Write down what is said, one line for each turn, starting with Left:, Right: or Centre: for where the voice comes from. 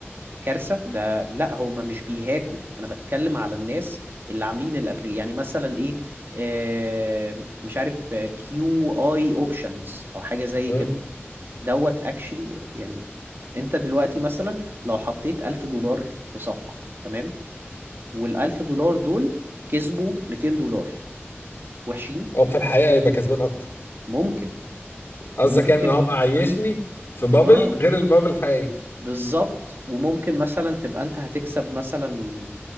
Right: كارثة ده لا هما مش بيهاكوا انا بتكلم على الناس اللي عاملين الابلي يعني مثلا ايه آه، مش عارف كيو اي اوبشنز او حاجة زي
Left: آه.
Right: كده دوت اكشلي يعني انت دلوقتي مثلا لو حطيت ألف دولار في صفقة تمام والألف دولار دول كسبوا 200 دولار وحشين
Left: او في الحقيقة يبقى كسبان اكتر
Right: ممكن
Left: قصدك
Right: وممكن
Left: يعني ان هو معيشني في بابل
Right: اه
Left: غير البابل الحقيقي
Right: بالظبط وممكن مثلا تبقى انت هتكسب مثلا